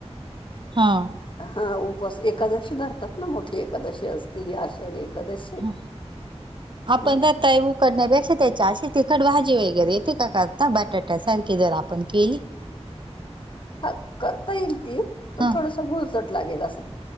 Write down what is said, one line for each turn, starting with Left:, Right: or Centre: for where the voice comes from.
Right: हा.
Left: हा उपवास एकादशी धरतात ना मोठी एकादशी असते ही आषाढी. एकादशी
Right: ह
Left: हम्म
Right: आपण रताळी उकडण्या पेक्षा त्याच्या अशी तिखट भाजी वेगैरे येती का करता बटाट्या सारखी जर आपण केली.
Left: हा करता येईल ती पण
Right: हा
Left: थोडसं गुळचट लागेल असं.